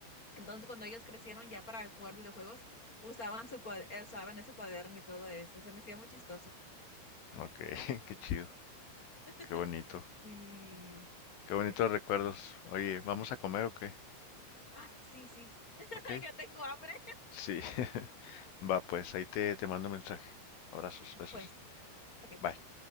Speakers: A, on the left; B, on the left.
A: Entonces, cuando ellos crecieron ya para jugar videojuegos, usaban su cua- eh, usaban ese cuaderno y todo eso. Se me hacía muy chistoso.
B: ok, <laughs> qué chido,
A: <laughs>
B: qué bonito,
A: Sí.
B: qué bonitos
A: <clears throat>
B: recuerdos. Oye, ¿vamos a comer o qué?
A: Ah, sí, sí. <laughs>
B: Ok,
A: Ya tengo hambre.
B: Sí. <laughs> Va, pues ahí te, te mando un mensaje. Abrazos, besos.
A: Pues, ok,
B: Bye.
A: bye.